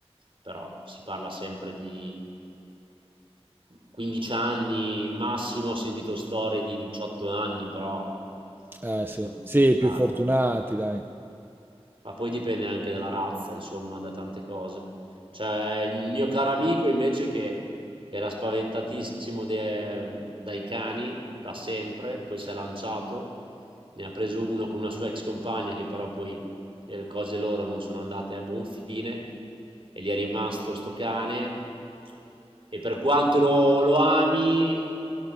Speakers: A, on the right; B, on the right.
A: però si parla sempre di 15 anni massimo, ho sentito storie di 18 anni, però
B: Eh sì,
A: sono
B: sì,
A: rare
B: più fortunati dai.
A: ma poi dipende anche dalla razza, insomma, da tante cose. Cioè, il mio caro amico invece che era spaventatissimo de- dai cani da sempre, poi si è lanciato, ne ha preso uno con una sua ex compagna che però poi le cose loro non sono andate a buon fine e gli è rimasto sto cane e per quanto lo, lo ami,